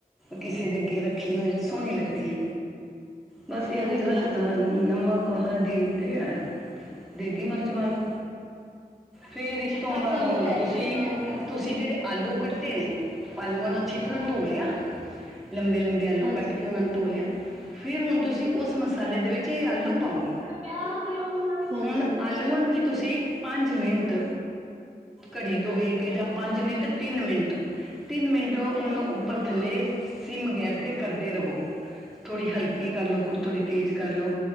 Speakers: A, in the centre; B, on the right.
A: ਕਿਸੇ ਦੇ ਅੱਗੇ ਰੱਖੀ ਹੋਈ ਸੋਹਣੀ ਲੱਗਦੀ ਐ, ਬਸ
B: ਹਾਂਜੀ
A: ਇਹੋ ਹੀ ਹਲ
B: ਹਾਂਜੀ।
A: ਨਮਕ ਹਲਦੀ ਤੇ ਦੇਗੀ ਮਿਰਚ ਪਾ ਲਓ, ਫੇਰ ਇਸ ਤੋਂ ਬਾਅਦ
B: ਤੁਹਾਨੂੰ ਤੇ
A: ਤੁਸੀਂ
B: ਹਮ
A: ਤੁਸੀਂ ਜਿਹੜੇ ਆਲੂ ਕੱਟੇ ਨੇ ਆਲੂਆਂ ਨੂੰ ਅੱਛੀ ਤਰ੍ਹਾਂ
B: ਹਾਂਜੀ,
A: ਧੋ ਲਿਆ।
B: ਹਾਂਜੀ।
A: ਲੰਬੇ -ਲੰਬੇ ਆਲੂ
B: ਹਾਂਜੀ।
A: ਕੱਟ ਕੇ ਉਹਨਾਂ ਨੂੰ ਧੋ ਲਿਆ। ਫਿਰ ਹੁਣ ਤੁਸੀਂ ਉਸ ਮਸਾਲੇ ਦੇ ਵਿੱਚ ਇਹ ਆਲੂ ਪਾਓ,
B: ਹਾਂਜੀ-ਹਾਂਜੀ।
A: ਹੁਣ ਆਲੂਆਂ ਨੂੰ ਵੀ ਤੁਸੀਂ ਪੰਜ ਮਿੰਟ ਘੜੀ ਤੋਂ ਵੇਖ ਕੇ ਜਾਂ ਪੰਜ ਮਿੰਟ ਤਿੰਨ ਮਿੰਟ ਤਿੰਨ ਮਿੰਟ ਉਹਨੂੰ ਉੱਪਰ ਥੱਲੇ ਸਿਮ ਗੈਸ ਤੇ ਕਰਦੇ ਰਵੋ। ਥੋੜ੍ਹੀ ਹਲਕੀ ਕਰ ਲਓ, ਖੁ ਥੋੜੀ ਤੇਜ਼ ਕਰ ਲਉ।